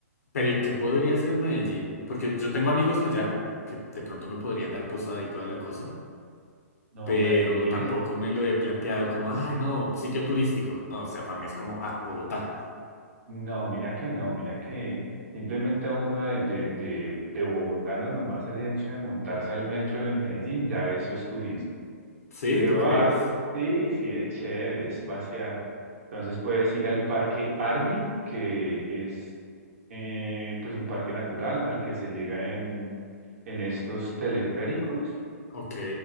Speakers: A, on the left; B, on the right.
A: pero ¿y qué podría hacer en Medellín? Porque yo tengo amigos allá que de pronto me podrían dar posada y toda la cosa,
B: No,
A: pero
B: Medellín
A: tampoco
B: es...
A: me lo he planteado como, ay, no, sitio turístico. No, o sea, para mí es como, ah, Bogotá.
B: No, mira que no, mira que simplemente a uno de, de, de, de bogotano nomás el hecho de montarse al metro de Medellín, ya eso es turismo.
A: ¿Sí?
B: Te
A: ¿Tú
B: vas,
A: crees?
B: sí, sí, es chévere, es pasear. Entonces puedes ir al Parque Arby, que es eh, pues un parque natural al que se llega en, en estos teleféricos.
A: Ok.